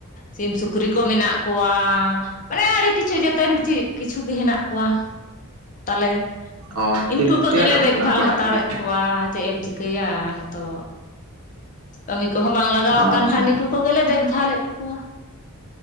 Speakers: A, on the left (about 35°); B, on the right (about 80°).
A: ᱥᱤᱢ ᱥᱩᱠᱨᱤ ᱠᱚ ᱢᱮᱱᱟᱜ ᱠᱚᱣᱟ᱾ ᱢᱟᱱᱮ ᱟᱹᱰᱤ ᱠᱤᱪᱷᱩ ᱡᱮᱛᱮᱱ ᱠᱤᱪᱷᱩ ᱜᱮ ᱦᱮᱱᱟᱜ ᱠᱚᱣᱟ ᱛᱟᱞᱮ
B: ᱚ
A: ᱩᱱᱠᱩ
B: ᱛᱤᱱ
A: ᱠᱚᱜᱮᱞᱮ
B: ᱛᱤᱱᱟᱹᱜ ᱫᱷᱟᱵᱤᱡ
A: ᱫᱮᱠᱵᱷᱟᱞ
B: ᱢᱮᱱᱟᱜ ᱠᱚᱣᱟ
A: ᱦᱟᱛᱟᱲᱮᱫ
B: ᱰᱟᱝᱨᱤ
A: ᱠᱚᱣᱟ ᱪᱮᱫ ᱮᱢ ᱪᱤᱠᱟᱹᱭᱟ ᱱᱤᱛᱚᱜ ᱠᱟᱹᱢᱤ ᱠᱚᱦᱚᱸ ᱵᱟᱝ ᱞᱟᱜᱟᱣ
B: ᱟᱪᱪᱷᱟ
A: ᱟᱠᱟᱱ ᱠᱷᱟᱱ ᱱᱩᱠᱩ ᱠᱚᱜᱮᱞᱮ ᱫᱮᱠᱵᱷᱟᱞᱮᱫ ᱠᱚᱣᱟ᱾